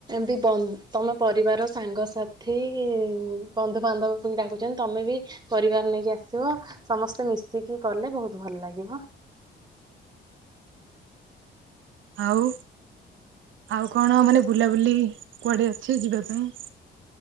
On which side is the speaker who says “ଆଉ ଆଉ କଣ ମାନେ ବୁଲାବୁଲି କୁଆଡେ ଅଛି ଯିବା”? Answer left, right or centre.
Right